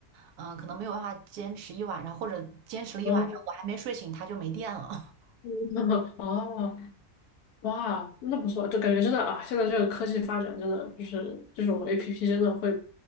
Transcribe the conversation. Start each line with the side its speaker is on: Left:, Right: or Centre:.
Right: 嗯、呃可能没有办法坚持一晚上，或者坚持了一晚上，
Left: 哦，
Right: 我还没睡醒，它就没电了。
Left: 嗯 <laughs> 哦，哇，那不错，就感觉真的啊，现在这个科技发展真的就是这种 APP 真的会很